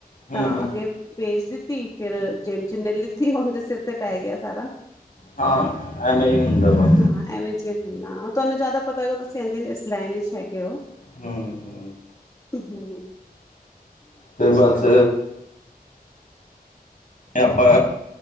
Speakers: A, on the left (about 60°); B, on the left (about 20°).
A: ਹੂੰ
B: ਤਾਂ ਅਗੇ ਭੇਜ ਦਿੱਤੀ ਫਿਰ ਜੇ ਜਿੰਨੇ ਲਿਤੀ ਉਹਦੇ ਸਿਰ ਤੇ ਪੈ ਗਿਆ। ਸਾਰਾ
A: ਹਾਂ ਐਮੇ ਹੀ ਹੁੰਦਾ ਵਾ।
B: ਹਾਂ ਐਵੇਂ ਜੀ ਗੱਲਾਂ ਤੁਹਾਨੂੰ ਜਾਦਾ ਪਤਾ ਹੋਏਗਾ ਤੁਸੀ ਇਦੇ ਇਸ ਲਾਈਨ ਚ ਹੈਗੇ ਹੋ।
A: ਹੂੰ
B: ਹੂੰ
A: ਤੇ ਬਸ ਆਪਾਂ